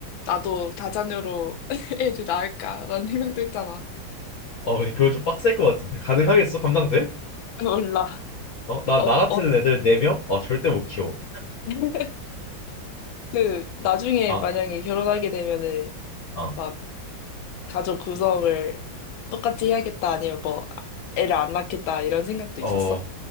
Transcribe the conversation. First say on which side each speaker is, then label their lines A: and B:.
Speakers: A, on the left; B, on the left.
A: 나도 다자녀로 <laughs> 애들 낳을까라는 생각도 했잖아.
B: 어, 근데 그거 좀 빡셀 것 같은데. 가능하겠어? 감당돼?
A: 몰라.
B: 어, 나,
A: 어,
B: 나 같은
A: 어,
B: 애들 네명 어, 절대 못 키워.
A: <laughs> 그, 나중에
B: 아,
A: 만약에 결혼하게 되면은,
B: 어,
A: 막, 가족 구성을 똑같이 해야겠다, 아니면 뭐, 아, 애를 안 낳겠다, 이런 생각도
B: 어,
A: 있었어?